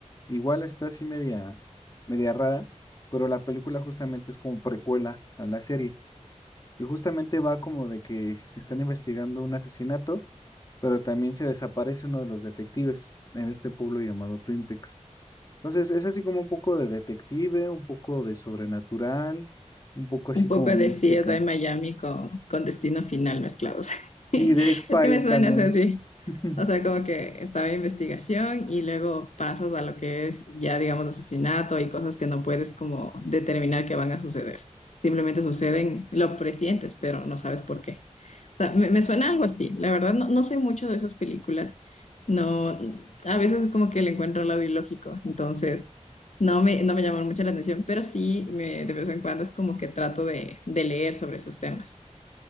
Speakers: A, on the left; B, on the left.
A: Igual está así media, media rara, pero la película justamente es como precuela a la serie. Y justamente va como de que están investigando un asesinato, pero también se desaparece uno de los detectives en este pueblo llamado Twin Peaks. Entonces, es así como un poco de detective, un poco de sobrenatural, un poco así
B: Un poco
A: como mística.
B: de CSI Miami con, con Destino Final mezclados. <laughs>
A: Y de X-Files
B: Es que me suena,
A: también.
B: o sea, sí.
A: <laughs>
B: O sea, como que estaba investigación y luego pasas a lo que es ya, digamos, asesinato y cosas que no puedes como determinar que van a suceder. Simplemente suceden, lo presientes, pero no sabes por qué. O sea, me, me suena algo así. La verdad, no, no soy mucho de esas películas. No, a veces como que le encuentro el lado ilógico. Entonces, no me, no me llaman mucho la atención, pero sí me, de vez en cuando es como que trato de, de leer sobre esos temas.